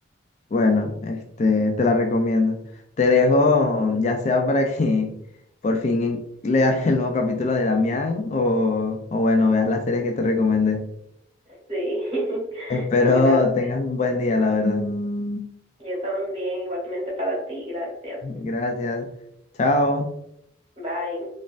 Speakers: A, on the left (about 35°); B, on the right (about 30°).
A: Bueno, este, te la recomiendo. Te dejo,
B: <laughs>
A: ya sea para que <laughs> por fin leas el nuevo capítulo de Damián o, o bueno, veas las series que te recomendé.
B: Sí, <laughs>
A: Espero
B: gracias.
A: tengas un buen día, la verdad. Mm.
B: Yo también, igualmente para ti, gracias.
A: Gracias. Chao.
B: Bye.